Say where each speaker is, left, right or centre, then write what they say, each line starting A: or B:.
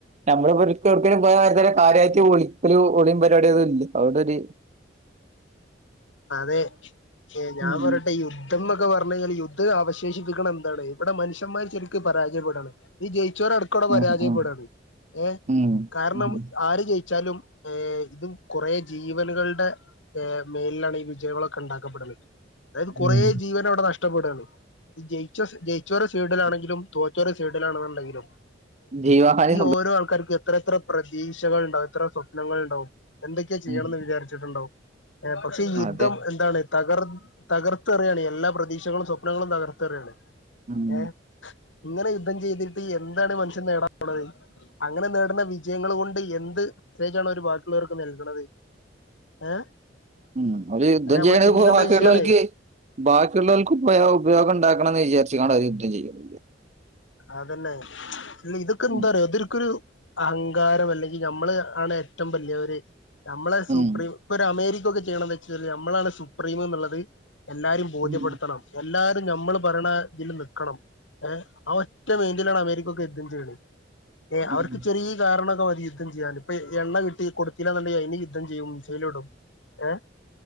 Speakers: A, on the right; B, on the left.
A: നമ്മളക്കലും പോയ കാര്യമായിട്ട് ഒളിക്കൽ ഒളിയും പരിപാടിയും ഒന്നും ഇല്ല അവിടെരു
B: അതെ ഞാൻ
A: ഉം
B: പറയട്ടെ ഈ യു യുദ്ധം എന്നക്കെ പറഞ്ഞു കഴിഞ്ഞാൽ യുദ്ധം അവശേഷിപ്പിക്കണം എന്താണ് ഇവിടെ മനുഷന്മാർ ശെരിക്ക് പരാജയപ്പെടാണ് ഈ ജയിച്ചവരടക്കം ഇവിടെ പരാജയപ്പെടാണ്
A: ഉം ഉം
B: ഏഹ്
A: ഉം
B: കാരണം
A: ഉം
B: ആര് ജയിച്ചാലും ഏഹ് ഇതും കുറെ ജീവനുകളുടെ മേലിലാണ് ഈ വിജയങ്ങളൊക്കെ ഉണ്ടാക്കപ്പെടുന്നത് അതായത് കുറെ
A: ഉം
B: ജീവനവിടെ നഷ്ടപ്പെടുകയാണ് അത് ജയിച്ച ജയിച്ചോരെ സൈഡിലാണെങ്കിലും തോറ്റോരെ സൈഡിലാണെന്നുണ്ടെങ്കിലും
A: ജീവഹാനി
B: ഈ
A: സംഭവി
B: ഓരോ ആൾക്കാർക്കും എത്ര എത്ര പ്രതീക്ഷകൾ ഉണ്ടാവും എത്ര സ്വപ്നങ്ങൾ ഉണ്ടാവും എന്തൊക്കെയാ ചെയ്യണന്ന്
A: ഉം
B: വിചാരിച്ചിട്ടുണ്ടോ പക്ഷേ ഈ യുദ്ധം
A: അതെ
B: എന്താണ് തകർ തകർത്ത അറിയാണ് എല്ലാ പ്രതീക്ഷകളും സ്വപ്നങ്ങളും തകർത്തറിയയാണ്
A: ഉം
B: ഏഹ് ഇങ്ങനെ യുദ്ധം ചെയ്തിട്ട് എന്താണ് മനുഷ്യൻ നേടാൻ പോണത് അങ്ങനെ നേടുന്ന വിജയങ്ങൾ കൊണ്ട് എന്ത് മെസേജ് ആണ് ഓര് ബാക്കുള്ളവർക്ക് നൽകുന്നത് ഏഹ്
A: ഉം അവര് യുദ്ധം
B: അല്ല നമ്മള്
A: ചെയ്യണെ
B: ചിന്തിക്കേണ്ട
A: ബാക്കിയുള്ളവർക്ക്
B: വിഷയാണേ
A: ബാക്കിയുള്ളവർക്കും ഉപയോഗം ഉണ്ടാക്കണം എന്ന് വിചാരിച്ചട്ടാണ് യുദ്ധം ചെയ്യുന്നത്
B: അതന്നെ അല്ല ഇതൊക്കെ എന്താ
A: ഉം
B: പറയാ ഇതൊക്കൊരു അഹങ്കാരം അല്ലെങ്കിൽ ഞമ്മള് ആണ് ഏറ്റവും വലിയവര് നമ്മളെ സുപ്രീം
A: ഉം
B: ഇപ്പൊ ഒരു അമേരിക്ക ഒക്കെ ചെയ്യണന്ന് വെച്ചൽ നമ്മളാണ് സുപ്രീം എന്നുള്ളത് എല്ലാരും ബോധ്യപ്പെടുത്തണം
A: ഉം
B: എല്ലാരും ഞമ്മള് പറയണ ഇതിൽ നിൽക്കണം ഏഹ് ആഹ് ഒറ്റ വേണ്ടലാണ് അമേരിക്ക ഒക്കെ യുദ്ധം ചെയ്യുന്നത് ഏഹ് അവർക്ക്
A: ഉം
B: ചെറിയ ഈ കാരണൊക്കെ മതി യുദ്ധം ചെയ്യാന് ഇപ്പോ എണ്ണ കിട്ടി കൊടുത്തില്ലാന്നുണ്ടെങ്കിൽ അതിന് യുദ്ധം ചെയ്യും മിസേലും ഇടും ഏഹ്